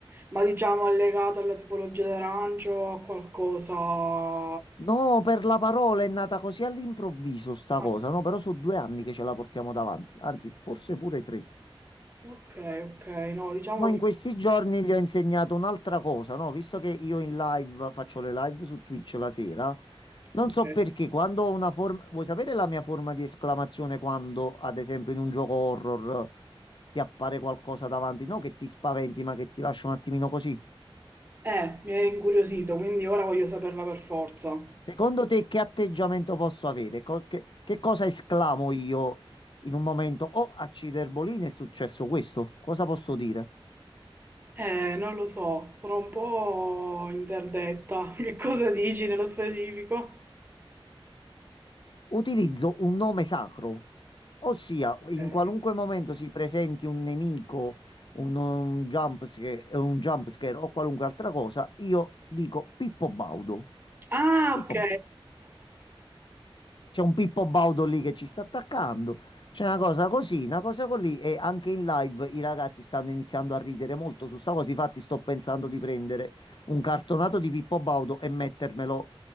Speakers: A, on the right (about 20°); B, on the left (about 55°).
A: Ma diciamo è legato alla tipologia d'arancio o a qualcosa...
B: no, per la parola è nata così all'improvviso sta
A: Ah,
B: cosa, no? Però sono due anni che ce la portiamo davanti, anzi, forse pure tre.
A: Ok, ok, no, diciamo
B: Mo' in
A: che...
B: questi giorni gli ho insegnato un'altra cosa, no? Visto che io in live faccio le live su Twitch la sera,
A: Ok.
B: non so perché quando ho una forma. Vuoi sapere la mia forma di esclamazione quando, ad esempio, in un gioco horror ti appare qualcosa davanti? No, che ti spaventi, ma che ti lascia un attimino così.
A: Eh, mi è incuriosito, quindi ora voglio saperla per forza.
B: Secondo te, che atteggiamento posso avere? Co- che, che cosa esclamo io in un momento? Oh, a Ciderbolini è successo questo. Cosa posso dire?
A: Eh, non lo so, sono un po' interdetta. <laughs> Che cosa dici nello specifico?
B: Utilizzo un nome sacro, ossia in
A: Ok.
B: qualunque momento si presenti un nemico, un, un jump scare, un jump scare o qualunque altra cosa, io dico Pippo Baudo.
A: Ah,
B: Pippo
A: ok.
B: Baudo. C'è un Pippo Baudo lì che ci sta attaccando. C'è una cosa così, una cosa così e anche in live i ragazzi stanno iniziando a ridere molto su sta cosa. Infatti sto pensando di prendere un cartonato di Pippo Baudo e mettermelo